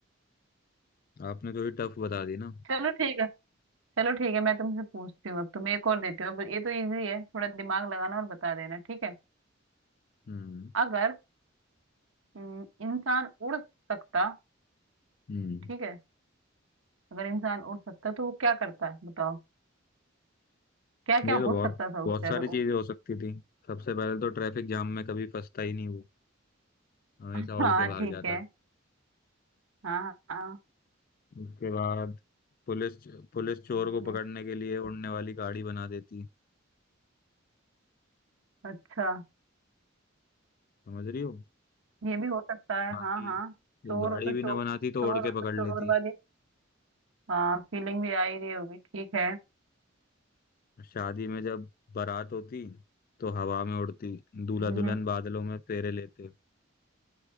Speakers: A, on the left (about 45°); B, on the right (about 90°).
A: आपने तो ये टफ बता दी ना
B: चलो ठीक है चलो ठीक है मैं तुमसे पूछती हूँ अब तुम एक और देती हो अब ये तो इजी है थोड़ा दिमाग लगाना और बता देना ठीक है
A: हम्म
B: अगर हम्म, इंसान उड़ सकता
A: हम्म
B: ठीक है अगर इंसान उड़ सकता तो वो क्या करता है बताओ क्या
A: ये
B: क्या
A: तो
B: हो
A: बहुत
B: सकता था
A: बहुत
B: उससे
A: सारी
B: अगर उड़
A: चीजें हो सकती थी सबसे पहले तो ट्रैफिक जाम में कभी फंसता ही नहीं वो हमेशा
B: <laughs>
A: उड़
B: हाँ
A: के भाग
B: ठीक
A: जाता
B: है हाँ हाँ हाँ,
A: उसके बाद पुलिस पुलिस चोर को
B: हम्म,
A: पकड़ने के लिए उड़ने वाली गाड़ी बना देती
B: अच्छा
A: समझ रही हो
B: ये भी हो सकता
A: और
B: है
A: बाकी
B: हाँ हाँ
A: ये
B: चोर
A: गाड़ी
B: हो तो
A: भी
B: चोर
A: ना बनाती
B: चोर
A: तो उड़ के
B: हो
A: पकड़
B: तो चोर
A: लेती
B: वाली हाँ फीलिंग भी आ ही रही होगी ठीक है
A: शादी में जब बारात होती तो हवा में उड़ती दूल्हा
B: हम्म
A: दुल्हन
B: हम्म।
A: बादलों में फेरे लेते